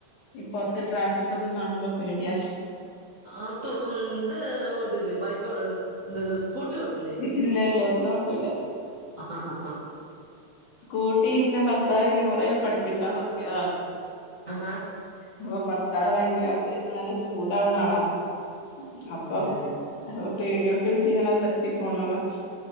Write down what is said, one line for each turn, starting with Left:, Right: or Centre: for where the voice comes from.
Left: ഈ പൊറത്ത് ട്രാഫിക്കൊക്കെ കാണുമ്പോ പേടിയാ
Right: അതും ഇത് ഓട്ടില്ലെ ബൈക്ക് ഓട്ടി സ്കൂട്ടി ഓട്ടില്ലേ?
Left: ഇല്ലല്ല ഒന്നും ഓട്ടൂല്ല
Right: ആഹ് ആഹ്
Left: സ്കൂട്ടീന്റെ ഭർത്താവിന്നെ കൊറേ പഠിപ്പിക്കാൻ നോക്കിയതാണ്
Right: ആഹാ
Left: അപ്പൊ ഭർത്താവ് ഭയങ്കര അത്യാവിശ്യം നല്ല ചൂടാവ്ണാളാണ് അപ്പം
Right: ഉം
Left: പേടിയോണ്ട് കൂടി ഞാനത് നിർത്തി പോന്നതാ